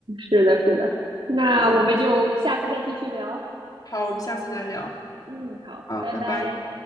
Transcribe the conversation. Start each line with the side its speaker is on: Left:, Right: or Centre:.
Right: 是的，是的。那我们就下次再继续聊。
Left: 嗯，好，我们下次再聊。
Right: 嗯，好，
Left: 好，
Right: 拜拜。
Left: 拜拜。